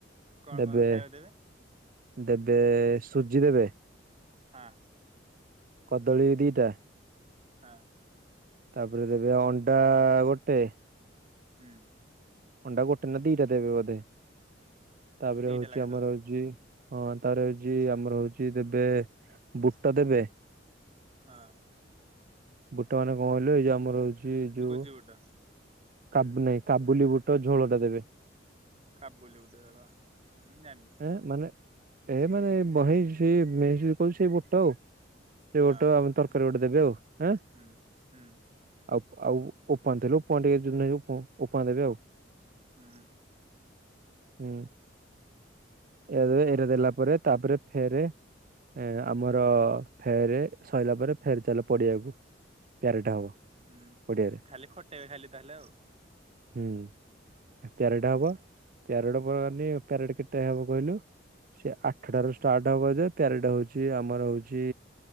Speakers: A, on the right; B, on the right.
A: କଣ
B: ଦେବେ
A: କଣ ଖାଇବାକୁ
B: ଦେବେ ସୁଜି ଦେବେ
A: ହଁ।
B: କଦଳୀ ଦିଟା
A: ହଁ।
B: ତାପରେ ଦେବେ ଅଣ୍ଡା ଗୋଟେ
A: ହୁଁ।
B: ଅଣ୍ଡା ଗୋଟେ ନା ଦିଟା ଦେବେ ବୋଧେ ତାପରେ
A: ଦିଟା
B: ହଉଛି
A: ଲାଖେ
B: ଆମର
A: ଦଉଥିବେ
B: ହଉଛି ହଁ ତାପରେ ହଉଛି ଆମର ହଉଛି ଦେବେ ବୁଟ ଦେବେ
A: ହଁ।
B: ବୁଟ ମାନେ କଣ କହିଲୁ ଏଇ ଯଉ ଆମର ହଉଛି ଏ
A: ଗୁଜି
B: ଯୋଉ
A: ବୁଟ
B: କାବୁ ନାଇଁ କାବୁଲି ବୁଟ ଝୋଳ ଟା ଦେବେ।
A: କାବୁଲି ବୁଟ୍ ଝୋଳ ମୁଁ ଜାଣିନି। କଣ
B: ଏ
A: ହେରା
B: ମାନେ ଏ ମାନେ ବହେ <unintelligible> ସେଇ ବୁଟ୍ ଆଉ। ସେ
A: ହଁ
B: ବୁଟ୍ ଆମେ ତରକାରୀ ଗୋଟେ ଦେବେ ଆଉ ହଁ।
A: ହୁଁ ହୁଁ।
B: ଆଉ ଆଉ ଓପମା ଆଣିଥିଲୁ <unintelligible> ଟିକେ ଓପମା ଦେବେ ଆଉ।
A: ଉୁଁ।
B: ଉୁଁ। ଏଇରା ଦେବେ ଏଇରା ଦେଲା ପରେ ତାପରେ ଫେରେ ଏ ଆମର ଫେର ସରିଲା ପରେ ଫେରେ ଚାଲ ପଡିଆକୁ ପ୍ୟାରେଟେ ହବ।
A: ଉୁଁ
B: ପଡିଆରେ।
A: ହୁଁ ଖାଲି ଖଟେଇବେ ଖାଲି ତାହେଲେ ଆଉ।
B: ହୁଁ ପ୍ୟାରେଟ
A: ହୁଁ।
B: ହବ ପ୍ୟାରୋଡ ପ୍ୟାରେଟ କେତେ ହବ? କହିଲୁ ସେ ଆଠଟାରୁ ଷ୍ଟାର୍ଟ ହବଯେ ପ୍ୟାରେଟ ହଉଛି ଆମର ହଉଛି।